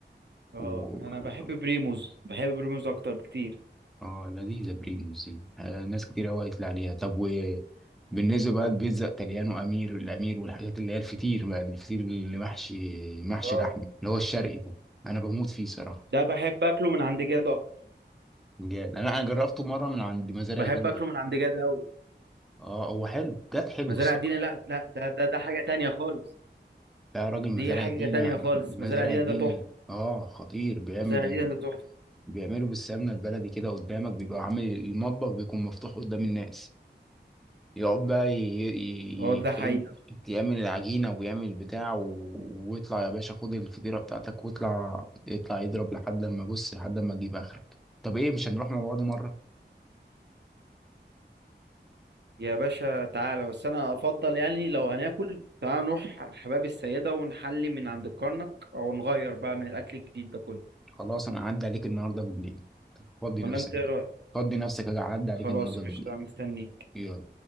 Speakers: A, on the right; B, in the centre.
A: اه
B: وفروع
A: أنا بحب بريموز بحب بريموز أكتر بكتير
B: اه لذيذة بريموس دي آه، ناس كتير قوي قالت لي عليها طب وبالنسبة بقى لبيتزا إتاليانو أمير الأمير والحاجات اللي هي الفطير بقى الفطير اللي محشي محشي
A: اه
B: لحم اللي هو الشرقي ده أنا بموت فيه صراحة
A: ده بحب أكله من عند جاد أكتر
B: بجد أنا أنا جربته مرة من عند مزارع
A: بحب
B: دينا
A: اكله من عند جد قوي
B: اه هو حلو كانت حلو
A: مزارع
B: الصراحة
A: دينا لا لا ده ده ده حاجه تانية خالص
B: يا راجل مزارع
A: دي حاجه
B: دينا
A: تانية خالص
B: مزارع
A: مزارع دينا
B: دينا
A: ده تحفه
B: اه خطير بيعمل
A: مزارع دينا ده تحفه
B: بيعملوا بالسمنة البلدي كده قدامك بيبقى عامل المطبخ بيكون مفتوح قدام الناس يقعد بقى ي... ي...
A: اه ده حقيقه
B: ي- يعمل العجينة ويعمل البتاع و... ويطلع يا باشا خد الفطيرة بتاعتك واطلع يطلع يضرب لحد ما بص لحد ما تجيب آخرك طب إيه مش هنروح مع بعض مرة
A: يا باشا تعالى بس انا افضل يعني لو هناكل تعالى نروح حباب السيده ونحلي من عند الكرنك او نغير بقى من الاكل الجديد ده كله
B: خلاص أنا أعدي عليك النهاردة بالليل طب فضي
A: ولا
B: نفسك
A: انت ايه
B: بقى
A: رايك
B: فضي نفسك أجي أعدي عليك
A: خلاص
B: النهاردة
A: قشطه
B: بالليل
A: مستنيك
B: يلا